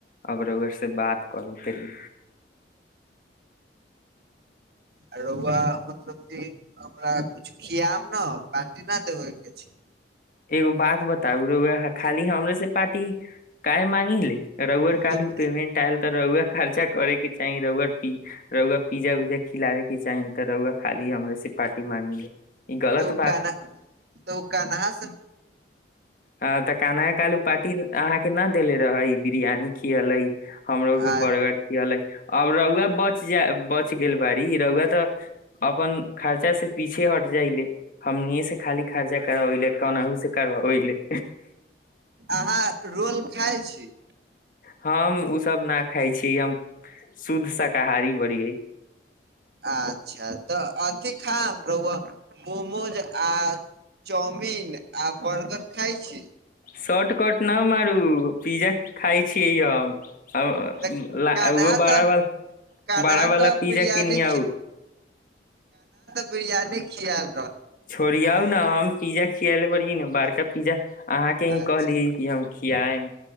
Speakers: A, on the left; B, on the right.
A: अब रौआसँ बात करै के कनी
B: आ रौआ मतलब कि अ हमरा कछु खियेब न पाटि न देबै के छै
A: एगो बात बताउ रौआ खाली हमरे से पाटी काहे मांगि ले रौआ काल्हू
B: तऽ
A: पेमेंट आयल तऽ रौआ खर्चा करे के चाही रौअर की रौआ पिज्जा उज्जा खिलाबे के चाही तऽ रौआ खाली हमरे से पाटी मांगि ले ई गलत
B: तऽ उ कान्हा तऽ उ कनहाँ
A: हँ तऽ कनहा क आलू पार्टी अहाँ के न देेले रहै बिरियानी खियलेै हमरो के
B: आ
A: बड़गर खियलै आब रौआ बच जा बच गेल बड़ी रौआ तऽ अपन खर्चा से पीछे हट जाइले हमनी ये से खाली खर्जा करबाबी ले कनहु से कारबाबे ओहि लेल
B: अहाँ रोल खाय छी
A: हम उसभ न खाइ छीयै हम शुद्ध शाकाहारी बड़ियै
B: अच्छा तऽ अथी खाइम रौआ मोमोज आ चाउमिन आ बर्गर खाय छिये
A: शॉर कर्ट न मारू पिज्जा खााय छियै हम
B: तऽ कान्हा
A: बड़ा
B: तऽ
A: ब
B: कान्हा
A: बड़ा बाला
B: तऽ
A: पिज्जा
B: बिरियानी
A: किनहउ।
B: बरियानी खिआल
A: छोड़ियौ न हम पिज्जा खियेले बड़ीये न बारका पिज्जा अहाँके ही
B: अच्छा
A: कहलियै कि हम खियाए म